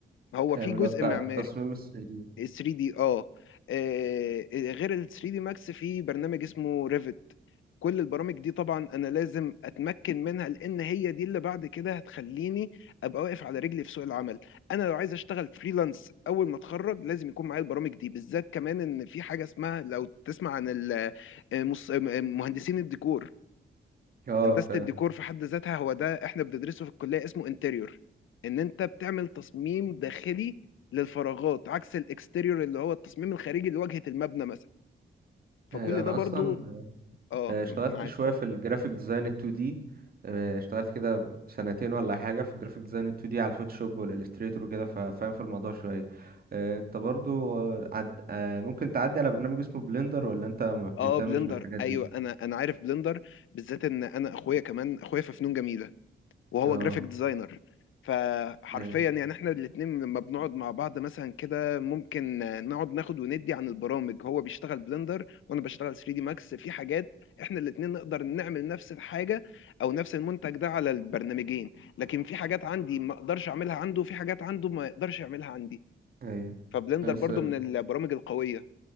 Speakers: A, on the left; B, on the right.
A: هو
B: فاهم
A: في جزء
B: اللي هو بتاع
A: معماري
B: التصميم ال 3D
A: 3 دي اه آه، غير ال 3 دي ماكس في برنامج اسمه ريفت كل البرامج دي طبعا انا لازم اتمكن منها لان هي دي اللي بعد كده هتخليني ابقى واقف على رجلي في سوق العمل انا لو عايز اشتغل فريلانس اول ما اتخرج لازم يكون معايا البرامج دي بالذات كمان ان في حاجه اسمها لو تسمع عن ال- مص- مهندسين الديكور
B: اه
A: هندسه
B: فاهم
A: الديكور في حد ذاتها هو ده احنا بندرسه في الكليه اسمه انتريور ان انت بتعمل تصميم داخلي للفراغات عكس الاكستيريور اللي هو التصميم الخارجي لواجهه المبنى مثلا فكل
B: ايوه انا
A: ده برضو
B: اصلا
A: اه
B: آه، اشتغلت
A: معاك
B: شويه في الجرافيك ديزاين ال 2D آه، اشتغلت كده سنتين ولا حاجه في الجرافيك ديزاين ال 2D على الفوتوشوب والاليستريتور وكده ففاهم في الموضوع شويه آه، انت برضو آه، عد... آه، ممكن تعدي على برنامج اسمه بلندر ولا انت ما بتهتمش
A: اه بلندر
B: بالحاجات
A: ايوه
B: دي
A: انا انا عارف بلندر بالذات ان انا اخويا كمان اخويا في فنون جميله وهو
B: اه
A: جرافيك ديزاينر فحرفيا
B: ايوه
A: يعني احنا الاتنين لما بنقعد مع بعض مثلا كده ممكن نقعد ناخد وندي عن البرامج هو بيشتغل بلندر وانا بشتغل 3 دي ماكس في حاجات احنا الاتنين نقدر نعمل نفس الحاجه او نفس المنتج ده على البرنامجين لكن في حاجات عندي ما اقدرش اعملها عنده وفي حاجات عنده ما يقدرش يعملها عندي
B: ايوه
A: فبلندر
B: بس
A: برضو من البرامج القويه